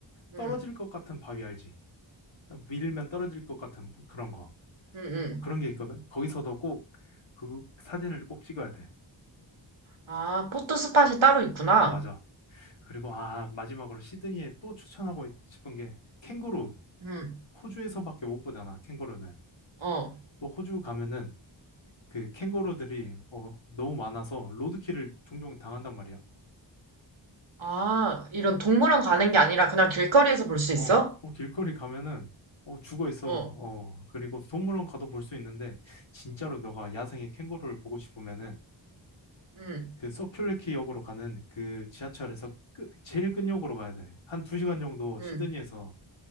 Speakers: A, on the right; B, on the left.
A: 음,
B: 떨어질 것 같은 바위 알지? 딱 밀면 떨어질 것 같은 그런 거.
A: 음, 음.
B: 뭐 그런 게 있거든? 거기서도 꼭 그 사진을 꼭 찍어야 돼.
A: 아, 포토 스팟이 따로 있구나.
B: 어, 맞아. 그리고, 아, 마지막으로 시드니에 또 추천하고 싶은 게 캥거루.
A: 음,
B: 호주에서밖에 못 보잖아, 캥거루는.
A: 어.
B: 또 호주 가면은 그 캥거루들이 어, 너무 많아서 로드킬을 종종 당한단 말이야.
A: 아, 이런 동물원 가는 게 아니라 그냥 길거리에서 볼 수 있어?
B: 어, 어, 길거리 가면은 어, 죽어 있어.
A: 어,
B: 어, 그리고 동물원 가도 볼 수 있는데 진짜로 너가 야생의 캥거루를 보고 싶으면은
A: 응,
B: 그 서큘레키 역으로 가는 그 지하철에서 끝, 제일 끝역으로 가야 돼. 한 두 시간 정도 시드니에서
A: 응,